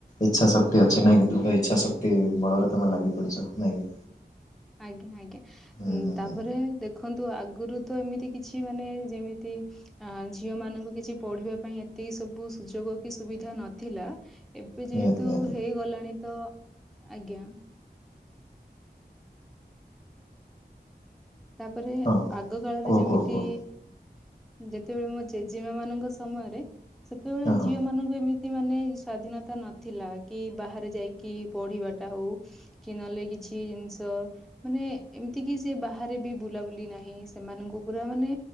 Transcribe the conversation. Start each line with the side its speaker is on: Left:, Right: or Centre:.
Left: ଇଚ୍ଛା ଶକ୍ତି ଅଛି ନାଇଁ? ନାଇଁ କି ଦୃଢ ଇଚ୍ଛା ଶକ୍ତି ବଳରେ ତମେ ଲାଗି ପଡିଛ ନାଇଁ କି?
Centre: ଆଜ୍ଞା ଆଜ୍ଞା
Left: ହୁଁ ହୁଁ
Centre: ତାପରେ
Left: ହୁଁ
Centre: ଦେଖନ୍ତୁ ଆଗରୁ ତ ଏମିତି କିଛି ମାନେ ଯେମିତି ଅ ଝିଅ ମାନଙ୍କୁ କିଛି ପଢିବା ପାଇଁ ଏତିକି ସବୁ ସୁଯୋଗ କି ସୁବି ସୁବିଧା ନଥିଲା ଏବେ ଯେହେତୁ
Left: ନିହାତି ନିହାତି
Centre: ହେଇଗଲାଣି ତ ଆଜ୍ଞା। ତାପରେ
Left: ହଁ
Centre: ଆଗ କାଳରେ
Left: କୁହ
Centre: ଯେମିତି
Left: କୁହ କୁହ
Centre: ଯେତେବେଳେ ମୋ ଜେଜେମା ମାନଙ୍କ ସମୟରେ ସେତେବେଳେ
Left: ହଁ ହଁ
Centre: ଝିଅ ମାନଙ୍କୁ ଏମି ମାନେ ସ୍ଵାଧୀନତା ନଥିଲା କି ବାହାରେ ଯାଇକି ପଢି଼ବା ଟା ହଉ କି ନହେଲେ କି କିଛି ଜିନିଷ ମାନେ ଏମିତି କି ସେ ବା ବାହାରେ ବି ବୁଲାବୁଲି ନାହିଁ ସେମାନଙ୍କୁ ପୁରା ମାନେ